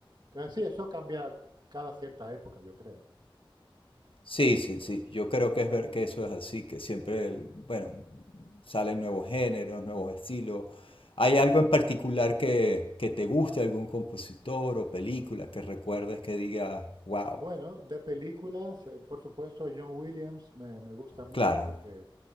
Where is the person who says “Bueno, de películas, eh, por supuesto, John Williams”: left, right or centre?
Right